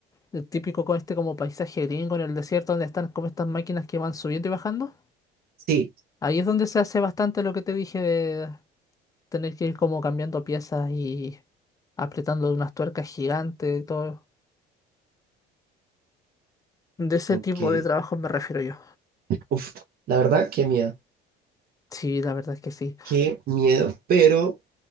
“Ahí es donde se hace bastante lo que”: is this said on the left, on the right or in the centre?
Left